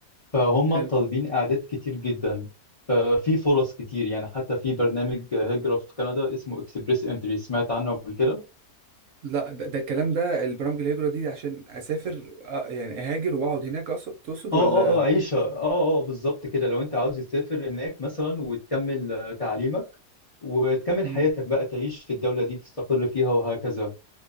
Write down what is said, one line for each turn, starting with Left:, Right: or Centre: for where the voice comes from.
Left: فهم
Right: حلو
Left: طالبين اعداد كتير جدا ففي فرص كتير يعني حتى في برنامج هجرة في كندا اسمه اكسبريس انتري سمعت عنه قبل كده
Right: لا ده, ده الكلام ده البرامج الهجرة دي عشان اسافر آه، يعني اهاجر واقعد هناك أقصد- تقصد
Left: اه
Right: ولا
Left: اه اه عيشة اه اه بالظبط كده لو انت عاوز تسافر هناك مثلا وتكمل آه، تعليمك وتكمل
Right: مم.
Left: حياتك بقى تعيش في الدولة دي تستقر فيها وهكذا